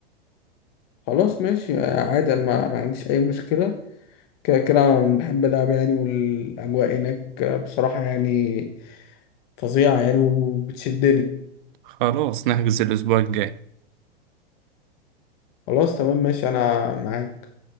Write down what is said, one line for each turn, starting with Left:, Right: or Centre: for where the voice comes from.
Left: خلاص ماشي عادي أنا ما, ما عنديش أي مشكلة كده كده أنا بحب ألعب يعني والأجواء هناك بصراحة يعني فظيعة يعني وبتشدني
Right: خلاص نحجز الأسبوع الجاي
Left: خلاص تمام ماشي أنا معاك